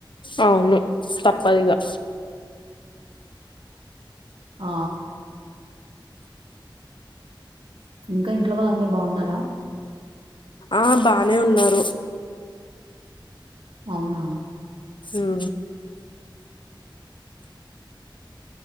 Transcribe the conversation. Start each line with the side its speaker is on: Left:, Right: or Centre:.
Left: అవును తప్పదిగా
Right: ఆ ఇంకా ఇంట్లో వాళ్ళు అందరు బాగున్నారా
Left: ఆ బానే ఉన్నారు
Right: అవునా
Left: హ్మ్